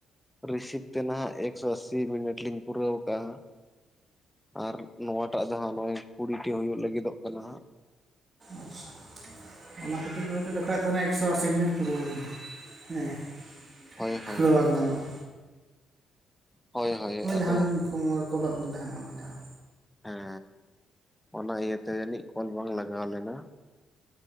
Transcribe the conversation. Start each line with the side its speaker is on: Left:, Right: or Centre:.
Centre: ᱨᱤᱥᱤᱵᱷ ᱛᱮ ᱱᱟᱦᱟᱜ ᱮᱠᱥᱚ ᱟᱥᱤ ᱢᱤᱱᱤᱴ ᱞᱤᱧ ᱯᱩᱨᱟᱹᱣ ᱟᱠᱟᱫᱼᱟ᱾ ᱟᱨ ᱱᱚᱣᱟᱴᱟᱜ ᱫᱚ ᱦᱟᱸᱜ ᱱᱚᱜᱚᱭ ᱠᱩᱲᱤᱴᱤ ᱦᱩᱭᱩᱜ ᱞᱟᱹᱜᱤᱫᱚᱜ ᱠᱟᱱᱟ ᱦᱟᱸᱜ᱾
Right: ᱟᱪᱪᱷᱟ ᱚᱱᱟ ᱠᱷᱟᱹᱛᱤᱨ ᱜᱮᱛᱚ ᱫᱮᱠᱷᱟᱣ ᱮᱫ ᱛᱟᱦᱮᱱᱟ, ᱮᱠᱥᱚ ᱟᱥᱤ ᱢᱤᱱᱤᱴ ᱯᱩᱨᱟᱹᱣ ᱟᱠᱟᱱᱟ ᱦᱮᱸ᱾ <unintelligible>
Centre: ᱦᱳᱭ ᱦᱳᱭ
Right: ᱵᱟᱝ ᱜᱟᱱᱚᱜᱼᱟ᱾
Centre: ᱦᱳᱭ ᱦᱳᱭ ᱟᱫᱚ
Right: ᱡᱟᱦᱟᱸ ᱞᱤᱧ ᱠᱚᱞᱟᱫ ᱵᱤᱱ ᱛᱟᱦᱮᱱᱟ ᱚᱱᱟ <unintelligible>
Centre: ᱦᱮᱸ ᱚᱱᱟ ᱤᱭᱟᱹ ᱛᱮ ᱡᱟᱹᱱᱤᱡ ᱠᱚᱞ ᱵᱟᱝ ᱞᱟᱜᱟᱣ ᱞᱮᱱᱟ᱾